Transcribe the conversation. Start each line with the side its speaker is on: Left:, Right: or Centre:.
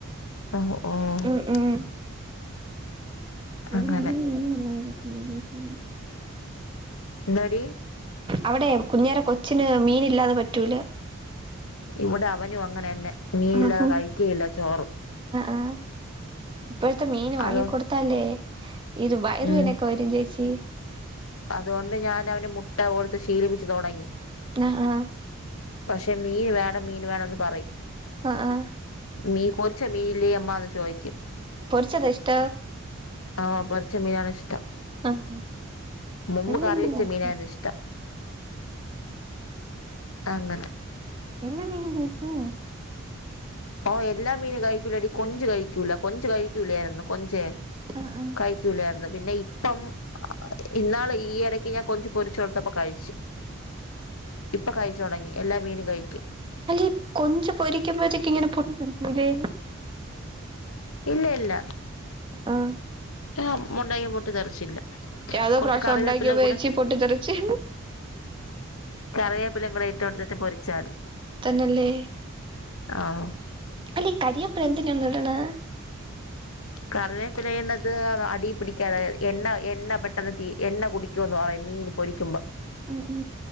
Left: ഓ ഓ
Right: ഉം ഉം <inaudible>
Left: അങ്ങനെ ന്താടി
Right: അവിടെ കുഞ്ഞേറെ കൊച്ചിന് മീൻ ഇല്ലാതെ പറ്റൂല
Left: ഇവിടെ അവനും അങ്ങനെന്നെ മീൻ
Right: ആഹ്
Left: ഇല്ലാതെ കഴിക്കുകയില്ല ചോറ്
Right: ആഹ് ഇപ്പോഴത്തെ മീൻ വാങ്ങി
Left: അതോ
Right: കൊൊടുത്തല്ലേ ഇത് വയറുവേനൊക്കെ
Left: ഉം
Right: വരും ചേച്ചി
Left: അതുകൊണ്ട് ഞാൻ അവന്റെ മുട്ട കൊടുത്ത് ശീലിപ്പിച്ചച്ച് തുടങ്ങി
Right: ആഹാ
Left: പക്ഷെ മീൻ വേണം മീന് വേണംന്ന് പറയും
Right: ആഹ് ആഹ്
Left: മീൻ കോച്ച് മീൻ ഇല്ല അമ്മ ചോദിച്ച
Right: പൊറിച്ചതാ ഇഷ്ട
Left: ആഹ പൊറിച്ച മീനാണ് ഇഷ്ടം
Right: ആഹ്
Left: മുമ്പ്
Right: എല്ലാ
Left: കറിവെച്ച
Right: മീനും കഴിക്കോ
Left: മീനായിരുന്നു ഇഷ്ടം അങ്ങനെ
Right: എല്ലാ മീനും കഴിക്കേ
Left: ഓ എല്ലാ മീനും കഴിക്കൂല അടി കൊഞ്ചു കഴിക്കൂല കൊഞ്ചു കഴിക്കൂലായിരുന്നു കൊഞ്ച്
Right: ആഹ് ആഹ്
Left: കഴിക്കൂലായിരുന്നു പിന്നെ ഇപ്പം ഇന്നാള് ഈ ഇടക്ക് ഞൻ കൊഞ്ച് പൊരിച്ച് കൊടുത്തപ്പ കയ്ച്ച് ഇപ്പ കയ്ച്ച് തൊടങ്ങി എല്ലാ മീനും കഴിക്കും
Right: അല്ല കൊഞ്ച് പൊരിക്കുമ്പോഴത്തേക്ക ഇങ്ങനെ പൊട്ടി തെറിക്കുലെ
Left: ഇല്ല ഇല്ല
Right: ആഹ
Left: <unintelligible> പൊട്ടിത്തെറിച്ചില്ല
Right: യാതോ
Left: കുറച്ചു
Right: പ്രാവശ്യം
Left: കറിവേപ്പില
Right: ഉണ്ടാക്കിയപ്പോ
Left: കൂടേ
Right: ചേച്ചി പൊട്ടിത്തെറിച്ച്
Left: കറിവേപ്പില കൂടെ ഇട്ട എടുത്തിട്ട് പൊരിച്ചാൽ
Right: തന്നെയല്ലേ
Left: ആഹ
Right: അല്ലീ കരിവേപ്പില എന്ത്ന ഹ്ട്ണ്
Left: കറിവേപ്പില ഇടണത് അടി പിടികതെ എണ്ണ എണ്ണ പെട്ടെന്ന് തീ എണ്ണ കുടിക്കുമന്ന് പറയും മീൻ പൊരിക്കുമ്പോ
Right: ആആ